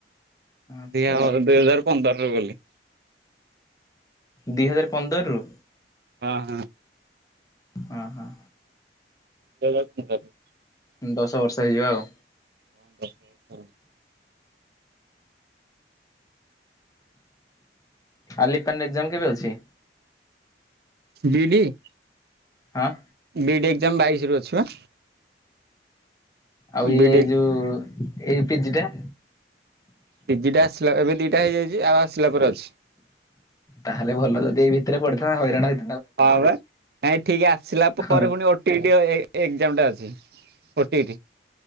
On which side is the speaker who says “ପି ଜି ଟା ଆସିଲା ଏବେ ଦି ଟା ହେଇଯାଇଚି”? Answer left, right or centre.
Right